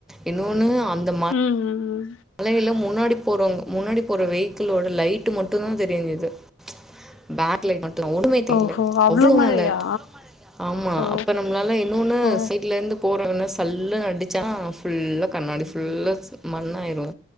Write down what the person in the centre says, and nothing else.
இன்னொன்னு அந்த மாரி
மலையில முன்னாடி போறவங்க முன்னாடி போற வெஹிக்கிள்ளோட லைட்டு மட்டுதா தெரிஞ்சிது பேக்லைட் மட்டு ஒன்னுமே தெரில
அவ்ளோ
மழ ஆமா
அப்ப நம்ளால இன்னொன்னு
சைட்லருந்து போறவன்ன சல்லுனு அடிச்சா ஃபுல்லா கண்ணாடி ஃபுல்லா மண்ணாயிரு